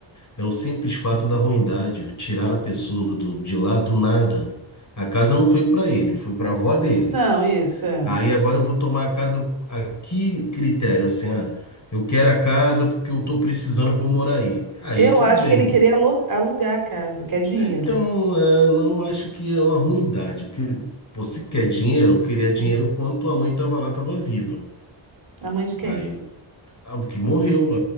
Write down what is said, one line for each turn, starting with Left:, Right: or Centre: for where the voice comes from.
Left: é o simples fato da ruindade, tirar a pessoa do- de lá do nada. A casa não foi para ele, foi para a avó dele.
Right: não, isso é.
Left: Aí agora eu vou tomar a casa a que critério? Assim, ah, eu quero a casa porque eu estou precisando, eu vou morar aí. Aí
Right: Eu
Left: tudo
Right: acho
Left: bem.
Right: que ele queria alu- alugar a casa, que é dinheiro.
Left: Então, é, não acho que é uma ruindade, porque pô, se quer dinheiro, eu queria dinheiro
Right: Hum,
Left: quando tua mãe estava lá, estava viva.
Right: A mãe de quem?
Left: Aí, Ah, o que morreu,